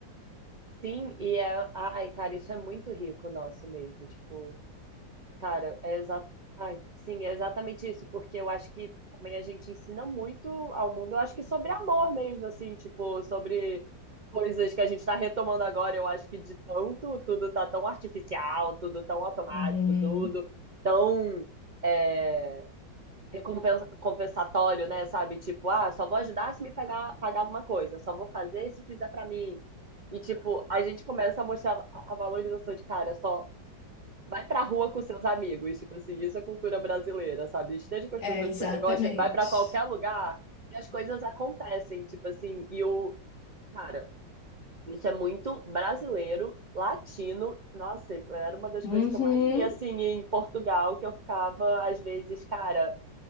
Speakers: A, on the right (about 70°); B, on the left (about 60°).
A: Sim, e é. Ai, cara, isso é muito rico nosso mesmo. Tipo, cara, é exa... Ai, sim, é exatamente isso, porque eu acho que também a gente ensina muito ao mundo, eu acho que sobre amor mesmo, assim, tipo, sobre coisas que a gente tá retomando agora. Eu acho que de tanto, tudo tá tão artificial, tudo tão automático,
B: Uhum.
A: tudo tão. é, recompensa- compensatório, né? Sabe? Tipo, ah, só vou ajudar se me pagar, pagar alguma coisa, só vou fazer se fizer pra mim. E, tipo, a gente começa a mostrar a a valorização de cara, só vai pra rua com seus amigos. Tipo assim, isso é cultura brasileira, sabe? Esteja com as
B: É,
A: pessoas
B: exatamente.
A: que você gosta, vai pra qualquer lugar que as coisas acontecem. Tipo assim, e o. Cara, isso é muito brasileiro, latino. Nossa, era uma das
B: Uhum.
A: coisas que eu mais via, assim, em Portugal, que eu ficava, às vezes, cara